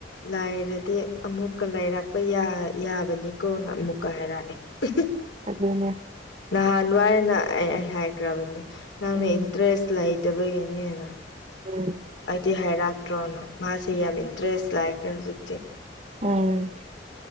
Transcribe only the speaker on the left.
ꯂꯥꯏꯔꯗꯤ ꯑꯃꯨꯛꯀ ꯂꯥꯏꯔꯛꯄ ꯌꯥ ꯌꯥꯕꯅꯤꯀꯣꯅ ꯑꯃꯨꯛꯀ ꯍꯥꯏꯔꯛꯑꯦ ꯎ <unintelligible>
ꯅꯍꯥꯟꯋꯥꯏꯅ ꯑꯩ ꯑꯩ ꯍꯥꯏꯈ꯭ꯔꯕꯅꯦ ꯅꯪꯅ
ꯏꯟꯇꯔꯦꯁ ꯂꯩꯇꯕꯒꯤꯅꯦꯅ
ꯑꯩꯗꯤ ꯍꯥꯏꯔꯛꯇ꯭ꯔꯣꯅ ꯃꯥꯁꯦ ꯌꯥꯝ ꯏꯟꯇꯔꯦꯁ ꯂꯩꯈ꯭ꯔꯦ ꯍꯧꯖꯤꯛꯇꯤ